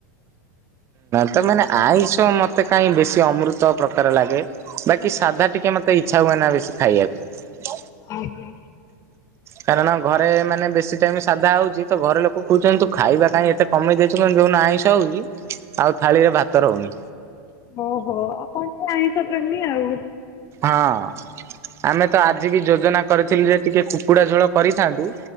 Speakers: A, on the right; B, on the left.
A: ତ ମାନେ ଆଇଁଷ ମତେ କାହିଁ ବେଶୀ ଅମୃତ ପ୍ରକାର ଲାଗେ। ବାକି ସାଧା ଟିକେ ମତେ ଇଚ୍ଛା ହୁଏ ନା ବେଶୀ ଖାଇବାକୁ।
B: ଆଜ୍ଞା।
A: କାରଣ ଘରେ ମାନେ ବେଶୀ ଟାଇମ ସାଧା ହଉଛି ତ ଘରେ ଲୋ ଦେଖୁଛନ୍ତି ତୁ ଖାଇବା କାହିଁ ଏତେ କମେଇ ଦେଇଛୁ କିନ୍ତୁ ଯୋଉ ଦିନ ଆଇଁସ ହଉଛି, ଆଉ ଥାଳିରେ ଭାତ ରହୁନି।
B: ଓହୋ ଆପଣ ଟିକେ ଆଇଁଷ ପ୍ରେମୀ ଆଉ।
A: ହଁ, ଆମେ ତ ଆଜି ବି ଯୋଜନା କରିଥିଲୁ ଯେ ଟିକେ କୁକୁଡ଼ା ଝୋଳ କରିଥାନ୍ତୁ।